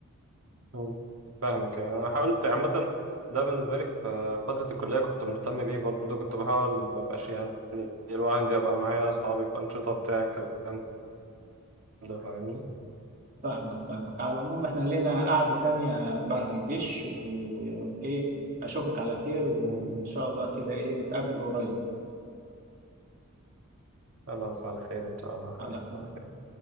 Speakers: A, on the right; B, on the right.
A: مم. فاهمك يعني انا حاولت عامه ده بالنسبه لي في فتره الكليه كنت مهتم بيه برضه كنت بحاول ما ابقاش يعني الواحد يبقى معايا اصحابي في انشطه بتاع الكلام ده فاهمني
B: فاهمك فاهمك على العموم احنا لينا قعده تانية بعد الجيش وايه اشوفك على خير وان
A: مم.
B: شاء الله كده ايه نتقابل قريب
A: خلاص على خير ان شاء الله حبيبي
B: على خير
A: على خير